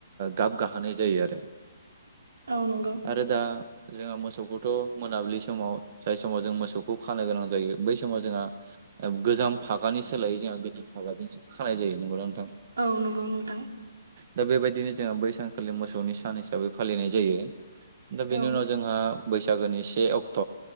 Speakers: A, on the right (about 30°); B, on the right (about 80°).
A: गाब गाहोनाय जायो आरो
B: औ नंगौ
A: आरोदा जोंहा मोसौखौथ' मोनाबिलि समाव जाय समाव जों मोसौखौ खानो गोनां जायो बै समाव जोंहा गोजाम फागानि सोलायै जोंहा गोजान फागाजोंसो खानाय जायो नंगौदां
B: औ नंगौ नोंथां।
A: दा बेबायदिनो जोंहा बैसानखालि मोसौनि सान हिसाबै फालिनाय जायो दा
B: औ
A: बेनि उनाव जोंहा बैसाग बैसागोनि से अक्ट